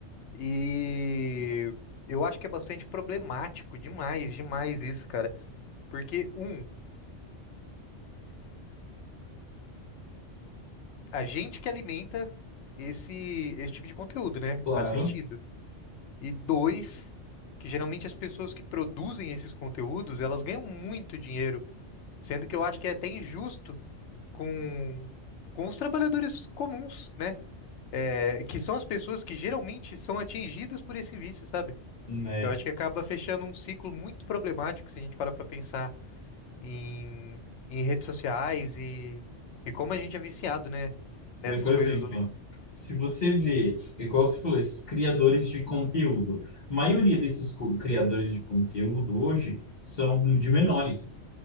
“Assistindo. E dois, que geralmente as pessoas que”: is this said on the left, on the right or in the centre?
Left